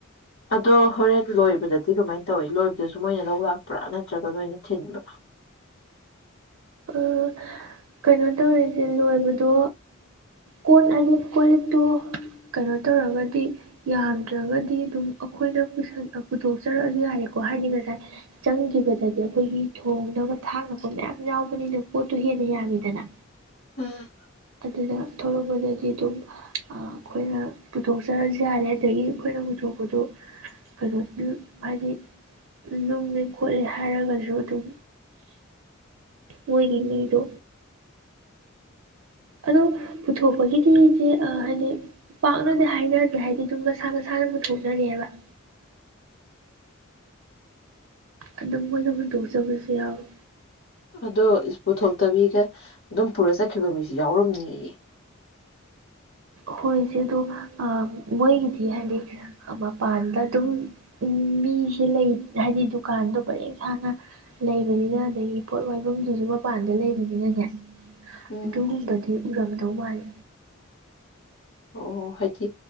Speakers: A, on the left; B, on the right.
A: ꯑꯗꯣ ꯍꯣꯔꯦꯟ ꯂꯣꯏꯕꯗꯗꯤ ꯀꯃꯥꯏꯅ ꯇꯧꯏꯤ ꯂꯣꯏꯕꯗꯁꯨ ꯃꯣꯏꯅ ꯂꯧ ꯂꯥꯛꯄ꯭ꯔꯥ ꯅꯠꯇ꯭ꯔꯒ ꯅꯣꯏꯅ ꯊꯤꯟꯕ꯭ꯔꯥ
B: ꯑꯥ ꯀꯩꯅꯣ ꯇꯧꯋꯦ ꯏꯆꯦ ꯂꯣꯏꯕꯗꯣ ꯀꯣꯟꯂꯅꯤ ꯀꯣ ꯂꯤꯛꯇꯣ ꯀꯩꯅꯣ ꯇꯧꯔꯒꯗꯤ ꯌꯥꯝꯗ꯭ꯔꯒꯗꯤ ꯑꯗꯨꯝ ꯑꯩꯈꯣꯏꯅ ꯄꯨꯊꯣꯛꯆꯔꯛꯑꯁꯨ ꯌꯥꯔꯦꯀꯣ ꯍꯥꯏꯗꯤ ꯉꯁꯥꯏ ꯆꯪꯈꯤꯕꯗꯗꯤ ꯑꯩꯈꯣꯏꯒꯤ ꯊꯣꯡꯅꯕ ꯊꯥꯛꯅꯕ ꯃꯌꯥꯝ ꯌꯥꯎꯕꯅꯤꯅ ꯄꯣꯠꯇꯣ ꯍꯦꯟꯅ ꯌꯥꯝꯃꯤꯗꯅ
A: ꯎꯝ
B: ꯑꯗꯨꯗ ꯊꯣꯛꯂꯛꯄꯗꯗꯤ ꯑꯗꯨꯝ ꯑꯩꯈꯣꯏꯅ ꯄꯨꯊꯣꯛꯆꯔꯁꯨ ꯌꯥꯔꯦ ꯑꯗꯒꯤ ꯑꯩꯈꯣꯏꯅ ꯄꯨꯊꯣꯛꯄꯗꯨ ꯀꯩꯅꯣ ꯍꯥꯏꯗꯤ ꯅꯨꯡꯂ ꯈꯣꯠꯂꯦ ꯍꯥꯏꯔꯒꯁꯨ ꯑꯗꯨꯝ ꯃꯣꯏꯒꯤ ꯃꯤꯗꯣ ꯑꯗꯣ ꯄꯨꯊꯣꯛꯄꯒꯤꯗꯤꯗꯤꯦ ꯍꯥꯏꯗꯤ ꯄꯥꯛꯅꯗꯤ ꯍꯥꯏꯅꯗ꯭ꯔꯦ ꯍꯥꯏꯗꯤ ꯑꯗꯨꯝ ꯃꯁꯥ ꯃꯁꯥꯅ ꯄꯨꯊꯣꯛꯅꯔꯤꯦꯑꯕ ꯑꯗꯨꯝ ꯃꯣꯏꯅ ꯍꯨꯟꯗꯣꯛꯆꯕꯁꯨ ꯌꯥꯎꯋꯤ
A: ꯑꯗꯣ ꯄꯨꯊꯣꯛꯇꯕꯤꯒ ꯑꯗꯨꯝ ꯄꯨꯔ ꯆꯠꯈꯤꯕ ꯃꯤꯁꯨ ꯌꯥꯎꯔꯝꯅꯤꯌꯦ
B: ꯍꯣꯏꯆꯦꯗꯣ ꯑ ꯃꯣꯏꯒꯤꯗꯤ ꯍꯥꯏꯗꯤ ꯃꯄꯥꯟꯗ ꯑꯗꯨꯝ ꯃꯤꯁꯦ ꯂꯩ ꯍꯥꯏꯗꯤ ꯗꯨꯀꯥꯟꯗꯥ ꯄꯔꯦꯡ ꯁꯥꯥꯟꯅ ꯂꯩꯕꯅꯤꯅ ꯑꯗꯒꯤ ꯄꯣꯠ ꯋꯥꯏꯕꯝꯗꯨꯁꯨ ꯃꯄꯥꯟꯗ ꯂꯩꯕꯅꯤꯅꯅꯦ
A: ꯎꯝ
B: ꯑꯗꯨꯒꯨꯝꯕꯗꯤ ꯎꯔꯝꯒꯗꯧ ꯃꯥꯂꯦ
A: ꯑꯣ ꯍꯣ ꯍꯥꯏꯗꯤ